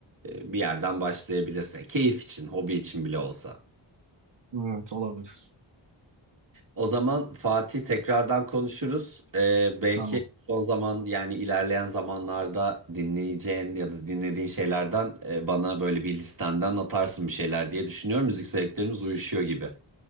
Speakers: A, on the right; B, on the right.
A: e, bir yerden başlayabilirsin. Keyif için, hobi için bile olsa.
B: Evet olabilir.
A: O zaman Fatih tekrardan konuşuruz. Ee, belki
B: Tamam.
A: son zaman yani ilerleyen zamanlarda dinleyeceğin ya da dinlediğin şeylerden e, bana böyle bir listenden atarsın bir şeyler diye düşünüyorum. Müzik zevklerimiz uyuşuyor gibi.